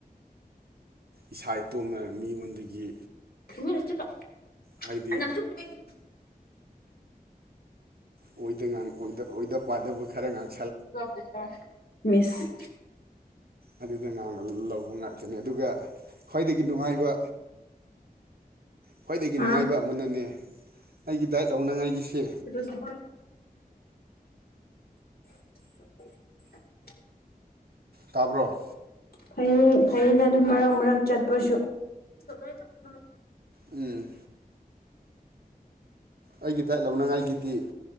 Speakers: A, on the right; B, on the left.
A: ꯏꯁꯥ ꯏꯇꯣꯝꯅ ꯃꯤꯉꯣꯟꯗꯒꯤ
B: <unintelligible>
A: ꯍꯥꯏꯗꯤ ꯑꯣꯏꯗ ꯉꯥꯡ ꯑꯣꯏꯗ ꯑꯣꯏꯗ ꯄꯥꯗꯕ ꯈꯔ ꯉꯥꯡ
B: <unintelligible> ꯃꯤꯁ
A: ꯑꯗꯨꯗ ꯉꯥꯡꯅ ꯂꯧꯕ ꯉꯥꯛꯇꯅꯤ ꯑꯗꯨꯒ ꯈ꯭ꯋꯥꯏꯗꯒꯤ ꯅꯨꯡꯉꯥꯏꯕ ꯈ꯭ꯋꯥꯏꯗꯒꯤ
B: ꯍꯥ
A: ꯅꯨꯡꯉꯥꯏꯕ ꯑꯃꯅꯅꯦ ꯑꯩꯒꯤ ꯗꯥꯏꯠ ꯂꯧꯅꯉꯥꯏꯒꯤꯁꯦ
B: <unintelligible> <inaudible>
A: ꯇꯥꯕ꯭ꯔꯣ
B: ꯐꯩꯌꯦ ꯐꯩꯌꯦꯗ ꯑꯗꯨꯝ ꯃꯔꯛ ꯃꯔꯛ ꯆꯠꯄꯁꯨ <unintelligible>
A: ꯎꯝ ꯑꯩꯒꯤ ꯗꯥꯏꯠ ꯂꯧꯅꯉꯥꯏꯒꯤꯗꯤ